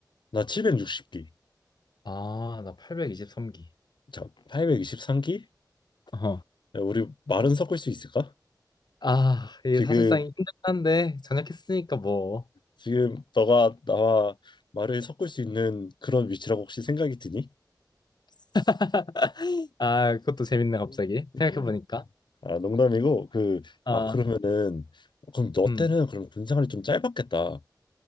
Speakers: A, on the left; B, on the left.
A: 나 760기.
B: 아, 나 823기.
A: 자, 823기?
B: 어.
A: 야, 우리 말은 섞을 수 있을까?
B: 아, 이게
A: 지금,
B: 사실상 힘들긴 한데 전역했으니까 뭐.
A: 지금 너가 나와 말을 섞을 수 있는 그런 위치라고 혹시 생각이 드니?
B: <laughs> 아, 그것도 재밌네 갑자기
A: <laughs>
B: 생각해보니까.
A: 아, 농담이고, 그,
B: 아,
A: 아, 그러면은, 그럼 너
B: 음,
A: 때는 그럼 군 생활이 좀 짧았겠다.